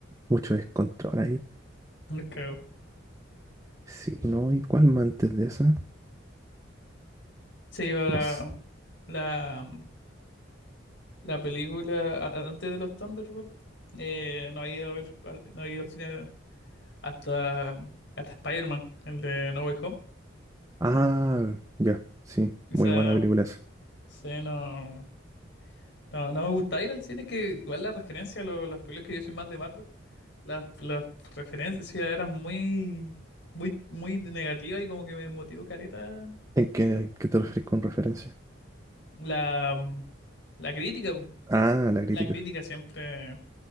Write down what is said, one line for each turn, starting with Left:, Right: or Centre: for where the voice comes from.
Right: mucho descontrol ahí.
Left: me cago.
Right: Sí, ¿no? ¿Y cuál más antes de esa?
Left: Se iba la,
Right: No sé.
Left: la, la película a- a- antes de los Thunderbolts. eh, no he ido a ver, al- no he ido al cine hasta, hasta Spider-Man, el de No Way Home.
Right: Ah, ya, sí,
Left: Esa
Right: muy buena película esa.
Left: escena No, no me gusta ir al cine, que igual la referencia a lo- las películas que yo soy más de Marvel, las, las referencias eran muy, muy, muy negativas y como que me desmotivó caleta
Right: ¿En qué, qué te referís con referencia?
Left: la, la crítica. po.
Right: Ah, la crítica.
Left: La crítica siempre